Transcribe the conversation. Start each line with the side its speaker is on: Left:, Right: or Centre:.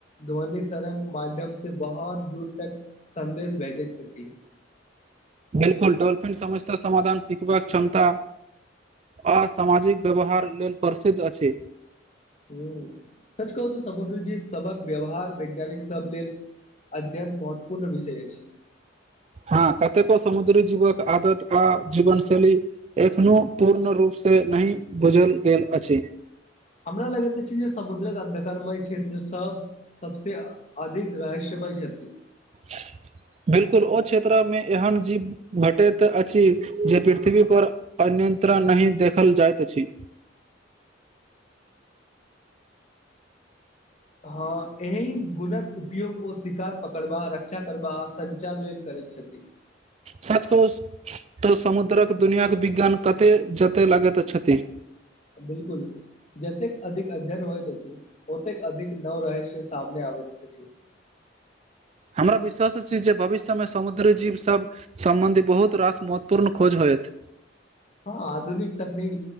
Left: ध्वनि तरंग माध्यम से बहुत दूर तक संदेश भेजे छथि
Right: बिलकुल डोल्फिन समस्या समाधान सिखबाक क्षमता आ सामाजिक व्यवहार लेल प्रसिद्ध अछि
Left: ह सच कहू तऽ समुद्र जी सबक व्यवहार वैज्ञानिक सब लेल अध्ययन महत्वपूर्ण विषय अछी
Right: हँ कतेको समुद्री जीवक आदत आ जीवन शैली एखनो पूर्ण रूप से नहि बुझल गेल अछि
Left: हमरा लगैत अछि जे समुद्रक अन्धकारमय क्षेत्र सब सबस अधिक रहस्य होइ छथिन
Right: <inaudible> बिल्कुल ओ क्षेत्रमे एहन जीव भेटैत अछि जे पृथ्वी पर अन्य नियन्त्रण नहि देखल जाइत अछि
Left: <inaudible> हँ एहि गुणक उपयोग ओ शिकार पकड़बा रक्षा करबा आ सञ्चार लेल कर छति
Right: सात कोश तऽ समुद्रक दुनियाके विज्ञान कते जते लगैत अछथिन
Left: बिल्कुल जतेक अधिक अध्ययन होइत अछि ओतेक अधिक नव रहस्य सामने आबैत अछि <inaudible>
Right: हमरा विश्वास छी जे भविष्यमे समुद्र जीव सब सम्बन्धी बहुत रास महत्वपूर्ण खोज होयत
Left: हां आधुनिक तकनीक